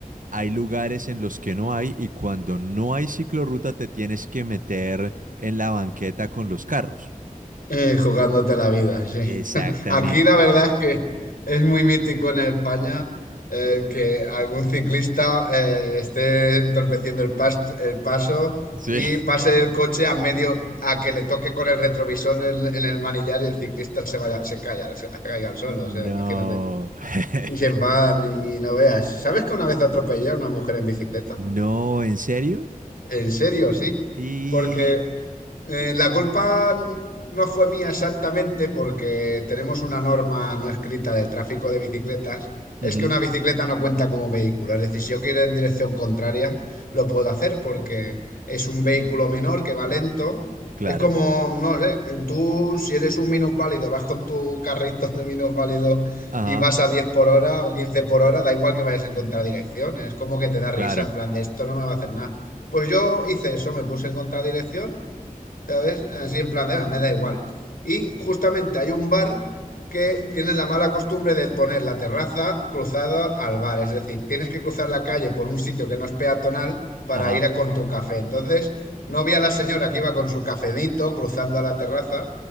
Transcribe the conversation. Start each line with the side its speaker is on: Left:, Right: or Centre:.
Right: hay lugares en los que no hay y cuando no hay ciclorruta te tienes que meter en la banqueta con los carros.
Left: Eh, jugándote la vida, sí.
Right: Exactamente.
Left: <laughs> Aquí la verdad es que es muy mítico en España eh, que algún ciclista eh, esté entorpeciendo el, pas- el paso
Right: Sí.
Left: y pase el coche a medio, a que le toque con el retrovisor en, en el manillar y el ciclista se vaya, se calla, se caiga al suelo,
Right: No.
Left: o sea, imagínate.
Right: <laughs>
Left: Y se enfadan y no veas. ¿Sabes que una vez atropellé a una mujer en bicicleta?
Right: No, ¿en serio?
Left: En serio, sí.
Right: Y...
Left: Porque eh, la culpa no fue mía exactamente porque tenemos una norma no escrita del tráfico de bicicletas. Es
Right: ujú,
Left: que una bicicleta no cuenta como vehículo. Es decir, si yo quiero ir en dirección contraria, lo puedo hacer porque es un vehículo menor que va lento.
Right: claro.
Left: Es como, no sé, tú si eres un minusválido, vas con tu carrito de minusválido
Right: Ajá,
Left: y vas a 10 por hora o 15 por hora, da igual que vayas en contradirección. Es como que te da risa,
Right: claro.
Left: en plan de esto no me va a hacer nada. Pues yo hice eso, me puse en contradirección, ¿sabes? Así en plan de, "Ah, me da igual. Y justamente hay un bar que tiene la mala costumbre de poner la terraza cruzada al bar, es decir, tienes que cruzar la calle por un sitio que no es peatonal para
Right: Ajá,
Left: ir a con tu café. Entonces, no vi a la señora que iba con su cafenito cruzando a la terraza